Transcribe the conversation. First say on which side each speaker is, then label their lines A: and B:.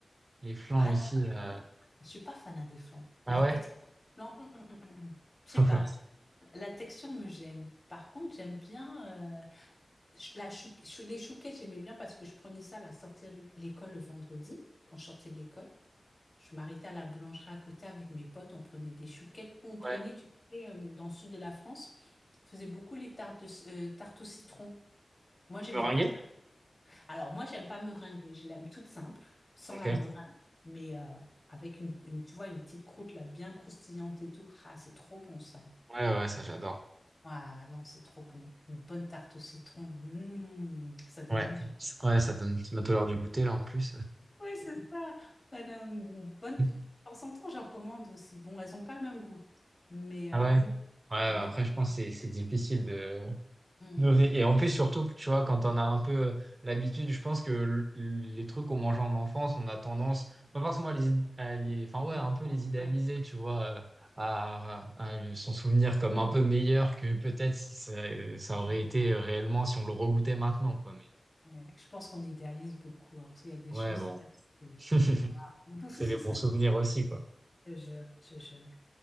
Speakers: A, on the right; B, on the left.
A: Les flancs
B: Ah
A: aussi.
B: non, par
A: euh,
B: contre, je suis pas fan des flancs.
A: Ah
B: La
A: ouais?
B: texture, non, hum, hum, hum, hum, hum. Je
A: <laughs>
B: sais pas, la texture me gêne. Par contre, j'aime bien. euh, La chou- chou- les chouquettes, j'aimais bien parce que je prenais ça à la sortie de l'é- l'école le vendredi, quand je sortais de l'école. Je m'arrêtais à la boulangerie à côté avec mes potes, on prenait des chouquettes. On prenait,
A: Ouais.
B: tu sais, euh, dans le sud de la France, on faisait beaucoup les tartes, de- euh, tartes au citron. Moi, j'aimais
A: Meringué?
B: pas. tarte- Alors, moi, j'aime pas meringue, je l'aime toute simple, sans
A: Ok.
B: la
A: Ouais,
B: meringue, mais euh, avec une, une- tu vois, une petite croûte là, bien croustillante et tout. Ah, c'est trop bon ça.
A: ouais, ça j'adore.
B: Ah non, c'est trop bon. Une bonne tarte au citron, mm, ça donne
A: Ouais.
B: envie.
A: Ouais, ça donne bientôt l'heure du goûter là en plus.
B: Oui, c'est ça. Elle a une bonne
A: <laughs>
B: petite... De temps en temps, j'en commande aussi. Bon, elles n'ont pas le même goût, mais,
A: Ah
B: euh,
A: ouais?
B: mais
A: Ouais, bah,
B: c'est mieux
A: après
B: que rien.
A: je pense que c'est c'est difficile de...
B: Hmm,
A: de ré- Et en plus surtout, tu vois, quand on a un peu euh, l'habitude, je pense que l- les trucs qu'on mangeait en enfance, on a tendance, pas forcément à les, id- à les... Enfin ouais,
B: effectivement.
A: un peu les idéaliser,
B: Ouais,
A: tu vois, euh, à, à le- s'en souvenir comme un peu meilleur que peut-être ça, ça
B: ouais,
A: aurait été réellement si on le regoûtait maintenant, quoi. Mais
B: ouais. Je pense qu'on idéalise beaucoup, hein, parce qu'il y a des
A: ouais,
B: choses,
A: bon.
B: t'es là, tu fais,
A: <laughs>
B: tu fais waouh. <laughs>
A: C'est les bons souvenirs aussi, quoi.
B: Je te jure, je te jure.